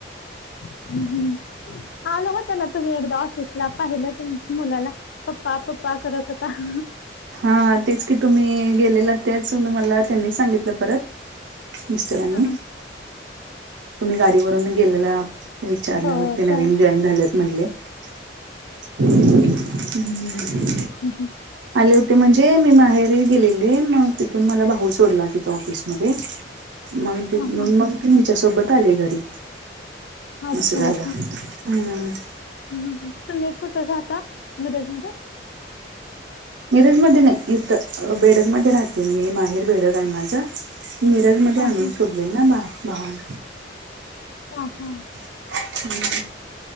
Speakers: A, on the left; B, on the right.
A: हम्म हम्म. आल होतं ना, तुम्ही एकदा ऑफिसला पाहिलं की मुलाला? पप्पा- पप्पा करत होता. <inaudible>
B: हा तेच की तुम्ही गेलेला, तेच मला त्यांनी सांगितलं परत. मिस्टरांनी.
A: हा.
B: तुम्ही गाडीवरून गेलेला, विचारल्यावर
A: हो
B: ते
A: त्या
B: नवीन जॉईन झालेत म्हणले. <inaudible> हम्म
A: हम्म- हम्म
B: आले होते म्हणजे मी माहेरी गेलेली मग तिथून मला भाऊ सोडला तिथं ऑफिसमध्ये. मग तेथून
A: हा. हा.
B: मग तुमच्या सोबत आले घरी.
A: अच्छा
B: अस झाल
A: हा,
B: हम्म.
A: हा. तुम्ही कुठ राहता मिरज मध्ये?
B: मिरज मध्ये नाही, इथं बेडगमध्ये राहते मी माहेर बेडग हाय माझ मिरजमध्ये
A: हा
B: आणून
A: हा
B: सोडलेल ना भा भावान.
A: हा- हा.
B: <inaudible> हम्म